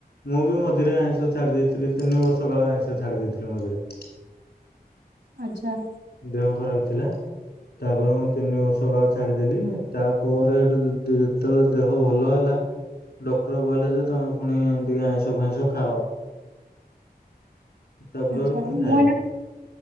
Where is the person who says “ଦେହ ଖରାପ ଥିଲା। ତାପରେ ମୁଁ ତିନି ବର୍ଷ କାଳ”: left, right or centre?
Left